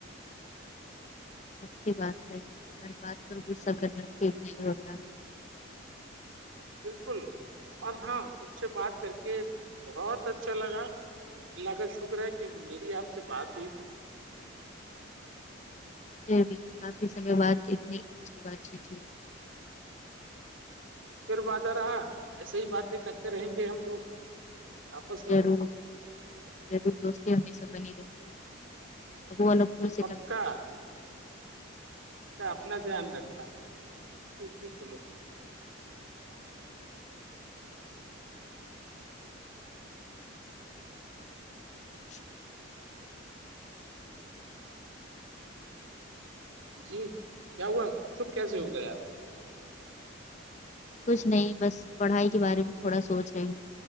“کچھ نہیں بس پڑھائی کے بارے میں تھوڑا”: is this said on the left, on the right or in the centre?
Left